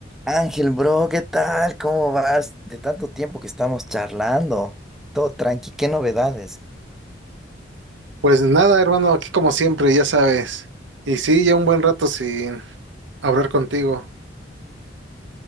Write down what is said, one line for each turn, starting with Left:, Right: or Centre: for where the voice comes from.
Centre: Ángel, bro, ¿qué tal? ¿Cómo vas? De tanto tiempo que estamos charlando. Todo tranqui, ¿qué novedades?
Right: Pues nada, hermano, aquí como siempre, ya sabes. Y sí, ya un buen rato sin hablar contigo.